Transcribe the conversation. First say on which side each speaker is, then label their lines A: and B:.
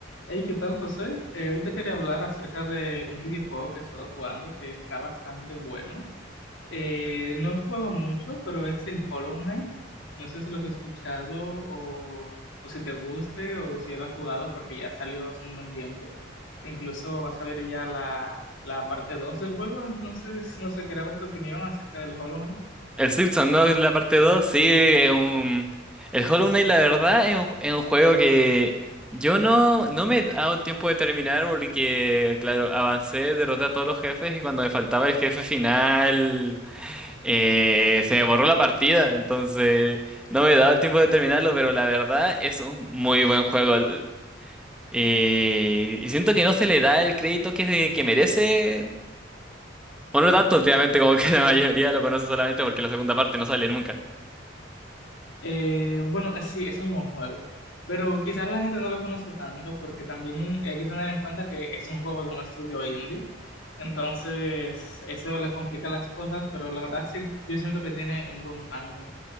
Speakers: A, on the left; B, in the centre.
A: Hey, ¿qué tal, José? Eh, hoy te quería hablar acerca de un videojuego que he estado jugando que está bastante bueno. Eh, no he jugado mucho, pero es el Hollow Knight. No sé si lo has escuchado o, o si te guste o si ya lo has jugado porque ya salió hace un buen tiempo. Incluso va a salir ya la, la parte 2 del juego, entonces no sé, quería ver tu opinión acerca del Hollow Knight.
B: El Silksong, ¿no? La parte 2, sí, es un... El Hollow Knight, la verdad, es un, es un juego que yo no, no me he dado tiempo de terminar porque, claro, avancé, derroté a todos los jefes y cuando me faltaba el jefe final, eh, se me borró la partida, entonces no me he dado el tiempo de terminarlo, pero la verdad es un muy buen juego. L- eh, y siento que no se le da el crédito que, se- que merece, o no tanto últimamente como que la mayoría lo conoce solamente porque la segunda parte no sale nunca.
A: Eh, bueno, eh, sí, es un buen juego, pero quizás la gente no lo conoce tanto porque también hay que tener en cuenta que es un juego de un estudio indie, entonces eso les complica las cosas, pero la verdad sí, yo siento que tiene un buen fandom.